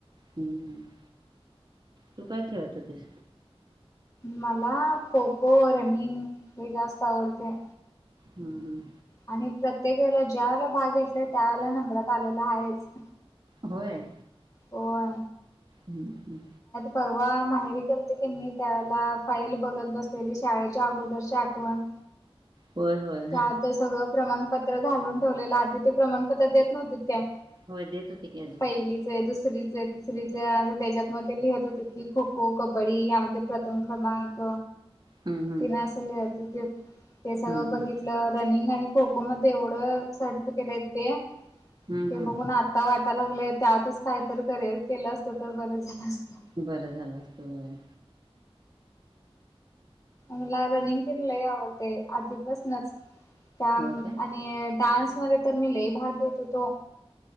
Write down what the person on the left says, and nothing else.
मला खो खो, रनिंग हे जास्त आवडतय.
आणि प्रत्येक वेळेला ज्यावेळा भाग घेतला त्याला नंबरात आलेला आहेच.
होय.
परवा माहेरी केलते किनी, त्यावेळेला फाईल बघत बसलेली शाळेच्या अगोदरची आठवण.
त्यात ते सगळं प्रमाणपत्र घालून ठेवलेलं आधी ते प्रमाणपत्र देत नव्हतीत काय
पहिली ते दुसरीच, तिसरीचे त्याच्यात म ते लिहित होतीत की खो खो, कबड्डी यामध्ये प्रथम क्रमांक.
तिन असं लिहित होतीत ते सगळं
बघितल्यावर
रनिंग आणि खो खो मध्ये एवढं सर्टिफिकेट आहेत ते.
ते
बघून आ आता वाटालागलंय त्यातच कायतरी करिअर केलं असतं तर बरं झालं असत.
मला रनिंग तेन लई आवडतंय आधीपसनच त्या
आणि डान्स मध्ये तर मी लई भाग घेत होतो.